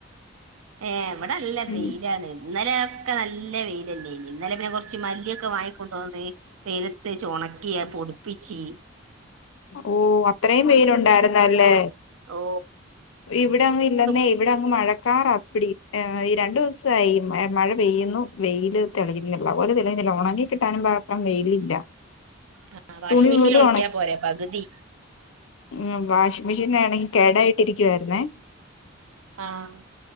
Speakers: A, on the right; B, on the left.
A: ഏഹ് ഇവടെ നല്ല വെയിലാണ്.
B: ഉം
A: ഇന്നലെയൊക്കെ നല്ല വെയ്ലല്ലേനി. ഇന്നെലെ പിന്നെ കൊർച്ച് മല്ലിയൊക്കെ വാങ്ങിക്കൊണ്ടോന്ന് വെയിലത്തെച്ച് ഒണക്കി അഹ് പൊടിപ്പിച്ചീ.
B: ഓഹ് അത്രേം വെയ്ലൊണ്ടായിരുന്നല്ലേ?
A: ഓ
B: ഇവിടങ്ങ് ഇല്ലന്നേ.
A: ഇപ്പം
B: ഇവടെ അങ്ങ് മഴക്കാറാ അപ്പിടി. ഏഹ് ഈ രണ്ടുസായി മഴ പെയ്യുന്നു. വെയ്ല് തെളിവില്ല ഓല് തെളിയുന്നില്ല ഒണങ്ങി കിട്ടാനും പാത്രം വെയിലില്ല.
A: ആഹ് വാഷിംങ്ങ്
B: തുണി
A: മിഷീനിൽ
B: പോലും
A: ഒണക്കിയാ പോരെ പകുതി
B: ഉം വാഷിംങ്ങ് മെഷീനാണെങ്കി കേടായിട്ടിരിക്കുവായിരുന്നേ.
A: ആഹ്